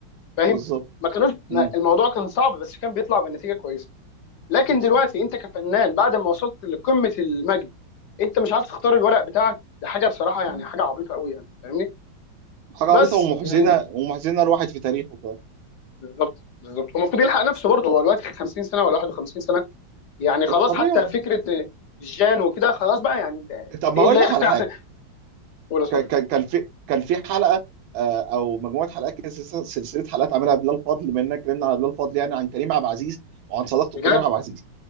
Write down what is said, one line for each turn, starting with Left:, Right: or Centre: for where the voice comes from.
Left: فاهم
Right: بالظبط
Left: ما كانوش ما
Right: مم.
Left: الموضوع كان صعب بس كان بيطلع بنتيجه كويسه لكن دلوقتي
Right: صح
Left: انت كفنان بعد ما وصلت لقمه المجد انت مش عارف تختار الورق بتاعك ده حاجه بصراحه يعني
Right: مم.
Left: حاجه عبيطه قوي يعني فاهمني
Right: حاجه
Left: بس
Right: عبيطه ومحزنه
Left: يعني
Right: ومحزنه الواحد في تاريخه فعلا.
Left: بالظبط بالظبط هو المفروض يلحق نفسه برضه هو دلوقتي 50 سنه ولا 51 سنه يعني خلاص
Right: الطبيعي
Left: حتى فكره جان وكده خلاص بقى يعني انت
Right: طب
Left: تقل
Right: ما هقول
Left: لا
Right: لك
Left: يعني
Right: على حاجه
Left: <laughs> ولا صديق
Right: كان كان كان في كان في حلقه آه، او مجموعه حلقات كده سلسله سلسلة حلقات عملها بلال فضل بما اننا اتكلمنا على بلال فضل يعني عن كريم عبد العزيز وعن صداقته
Left: بجد
Right: بكريم عبد العزيز